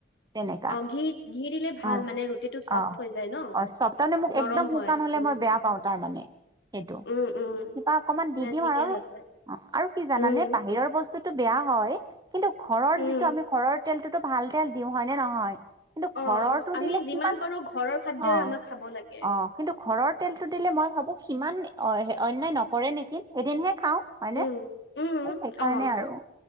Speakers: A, on the right; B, on the left.
A: তেনেকা,,
B: অ ঘি ঘি দিলে ভাল
A: অ',
B: মানে ৰুটিটো চফ্ট
A: অ'
B: হৈ যায় ন
A: অ চপনে মোক
B: নৰম
A: একদম শুকান
B: হয়
A: হলে
B: উম
A: মই বেয়া পাওঁ তাৰমানে সেইটো,
B: উম উম
A: কিবা অকমান দি
B: নাই
A: দিম
B: ঠিকেই
A: আৰু,
B: আছে
A: অ আৰু কি জানানে
B: উম
A: বাহিৰৰ বস্তুটো বেয়া হয় কিন্তু ঘৰৰ
B: উম
A: যিটো আমি ঘৰৰ তেলটোতো ভাল তেল দিও হয়নে নহয়? কিন্তু
B: অ
A: ঘৰৰটো
B: আমি
A: দিলে
B: যিমান
A: সিমান
B: পাৰো ঘৰৰ খাদ্যই
A: অ',
B: আমাক খাব লাগে
A: অ', কিন্তু ঘৰৰ তেলটো দিলে মই ভাবো সিমান অ -অন্যায় নকৰে নিকি! এদিনহে খাওঁ হয়নে
B: উম। উম
A: সেইকাৰণে
B: অ
A: আৰু